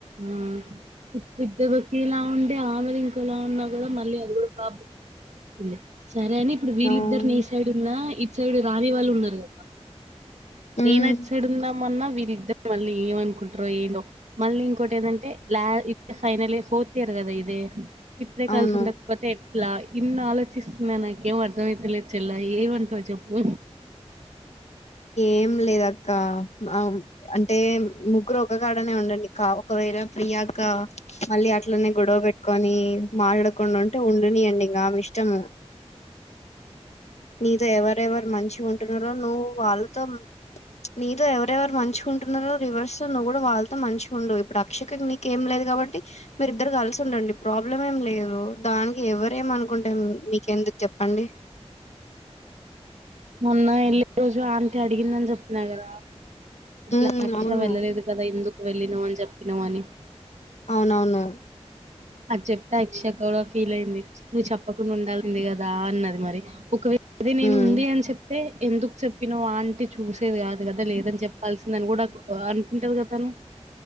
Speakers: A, on the right; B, on the left.
A: ఆ ఆద్దవకి ఇలా ఉంటే ఆమెది ఇంకో ఎలా ఉన్నా కూడా మళ్ళీ అది కూడా ప్రాబ్లం వస్తుంది సరే అని ఇప్పుడు వీళ్ళిద్దరిని
B: అవును
A: ఈ సైడ్ ఉన్నా ఇట్ సైడ్ రాని వాళ్ళు ఉన్నారు
B: హ్మ్.
A: నేన అట్ సైడ్ వుందామన్న వీరిద్దరర్ మళ్ళీ ఏమన్ కు ్రో ఏందో మళ్ళీ ఇంకోటి ఏదంటే లా ఇ ఫైనల్ ఇయర్ ఫోర్త్ ఇయర్ కదా ఇదే ఇప్పుడే
B: అవును.
A: కలిసి ఉండకపోతే ఎట్లా ఇన్నా ఆలోచిస్తున్నా నాకేం అర్థమైతేలేద్ చెల్లాయి ఏమంటవ్ చెప్పు
B: ఏం లేదక్క. ఆహ్, అంటే ముగ్గురు ఒకగాడనే ఉండండి కా ఒకవేళ ప్రియాంక మళ్ళీ అట్లనే గొడవ పెట్ కని మాళ్ కొం ఉంటే ఉండునియంండి ఇంకా ఆమె ఇష్టము నీతో ఎవరెవరు మంచి ఉంటున్నారో నువ్ వాల్ తోనా నీతో ఎవరెవరు మంచుకుంటున్నారో రివర్స్ ఉన్నా కూడా వాళ్ళతో మంచిగా ఉండు ఇప్పుడు అక్ష నీకేం లేదు కాబట్టి మీరి ఇద్దరు కలిసి ఉండండి ప్రాబ్లం ఏం లేదు దాని ఎవరేమ అనుకుంటా మీ మి ఎందుకు చెప్పండి
A: మొన్న వెళ్ళ రోజు ఆంటీ అడిగిందని చెప్పినా కదా ఇట్లా
B: హ్మ్.
A: అక్ష
B: అవును.
A: వెళ్ళలేదు కదా ఎందుకు వెళ్ళినామని చెప్పినామని
B: అవునవును
A: అది చెప్తే అక్షక్క ఫీల్ అయింది నువ్వు చెప్పకుండా ఉండాల్సింది. కదా అన్నది మరి ఒకవేళ అది నేను
B: హ్మ్.
A: ఉంది అని చెప్తే ఎందుకు చెప్పినో ఆంటి చూసేది కాదు కదా లేదని చెప్పాల్సింద అని కూడా అనుకుంటారు కదా తను.